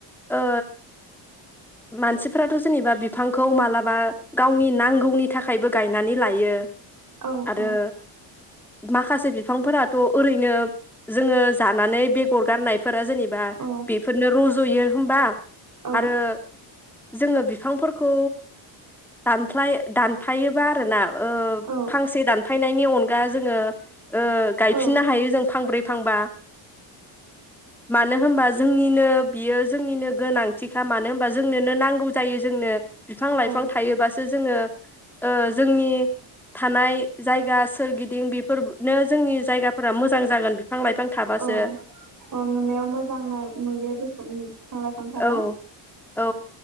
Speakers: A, in the centre; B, on the right.
A: ओ मानसिफोराथ' जेनेबा बिफांखौ मालाबा गावनि नांगौनि थाखायबो गायनानै लायो
B: औ
A: आरो
B: औ
A: माखासे बिफांफोराथ' ओरैनो जोङो जानानै बेगर गारनाय फोरा जेनेबा
B: औ
A: बेफोरनो रजयो <unintelligible>
B: औ
A: आरो जोङो बिफांफोरखौ दानफ्लाइ दानफायोबा आरोना ओ
B: औ
A: फांसे दानफायनायनि अनगा दा जोङो ओ गायफिननो
B: औ
A: हायो जों फांब्रै थांबा मानो होमबा जो जोंनिनो बियो जोंनिनो गोनांथिखा मानो होनबा जोंनोनो नांगौ। जायो जोंनो बिफां लाइफां
B: औ
A: थायोबासो जोङो ओ जोंनि थानाय जायगा सोरगिदिं बेफोरनो जोंनि जायगाफोरा मोजां जागोन बिफां लाइफां थाबासो
B: औ औ ओ नुनायाव मोजां नाय नुयो रिस बिफां लाइफां थाबा
A: औ औ